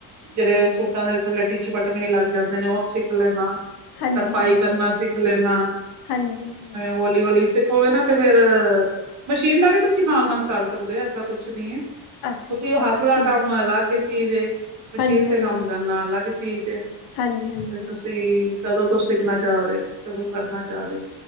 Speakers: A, on the right; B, on the left.
A: ਜਿਹੜੇ ਸੂਟਾਂ ਦੇ ਥੱਲੇ। ਟੀਚ ਬਟਨ ਵੀ ਲੱਗ ਜਾਂਦੇ ਨੇ ਉਹ ਸਿੱਖ ਲੈਣਾ।
B: ਹਾਂਜੀ
A: ਤਰਪਾਈ
B: ਹਾਂਜੀ
A: ਕਰਨਾ ਸਿੱਖ ਲੈਣਾ।
B: ਹਾਂਜੀ ਹਾਂ।
A: ਹੋਲ- ਹੋਲੀ‌ ਸਭ ਕੋਈ ਨਾ ਤੇ ਫੇਰ ਮਸ਼ੀਨ ਦਾ ਵੀ ਤੁਸੀਂ ਨਾਲ- ਨਾਲ ਕਰ ਸਕਦੇ ਹੋ। ਐਸਾ ਕੁਛ ਨਹੀਂ ਹੈ। ਕਿਉਂਕਿ
B: ਅੱਛਾ ਅੱਛਾ
A: ਉਹ ਹੱਥ ਦਾ
B: ਠੀਕ
A: ਕੰਮ
B: ਹੈ
A: ਅਲੱਗ ਚੀਜ਼ ਏ, ਮਸ਼ੀਨ
B: ਹਾਂਜੀ
A: ਤੇ
B: ਹਾਂਜੀ
A: ਕੰਮ ਕਰਨਾ ਅਲੱਗ ਚੀਜ ਏ। ਬਿਲਕੁਲ
B: ਹਾਂਜੀ ਹਾਂਜੀ
A: ਸਹੀ, ਤੁਸੀਂ ਕਦੋਂ ਤੋਂ ਸਿੱਖਣਾ ਚਾਹ ਰਹੇ ਹੋ। ਕਦੋਂ ਕਰਨਾ ਚਾਹ ਰਹੇ ਹੋ।